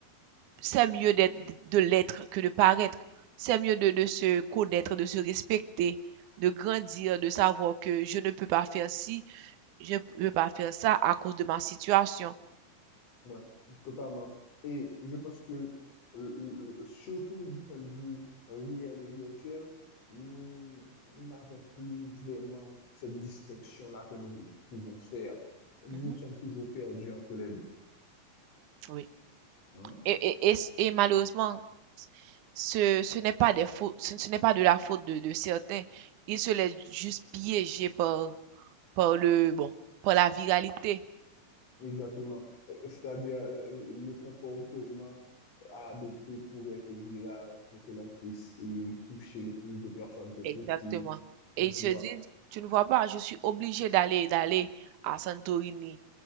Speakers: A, on the right (about 65°); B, on the left (about 45°).
A: c'est mieux d'être, de l'être que de paraître. C'est mieux de, de se connaître, de se respecter, de grandir, de savoir que je ne peux pas faire ci, je ne peux pas faire ça à cause de ma situation.
B: Ouais, totalement. Et je pense que, euh, euh, surtout du point de vue réel et virtuel, nous n'avons plus vraiment cette distinction-là que nous pouvons faire. Nous
A: Hmm,
B: sommes toujours perdus entre les deux.
A: Oui.
B: hein?
A: Et, et, et, et malheureusement, ce, ce n'est pas des fautes, ce, ce n'est pas de la faute de, de certains. Ils se laissent juste piéger par, par le, bon, par la viralité.
B: Exactement. Euh, euh, C'est-à-dire euh, euh, le comportement à adopter pour être viral, pour que l'on puisse y toucher le plus de personnes que possible.
A: Exactement.
B: Donc,
A: Et ils
B: tu
A: se
B: vois.
A: disent, tu ne vois pas, je suis obligé d'aller, d'aller à Santorini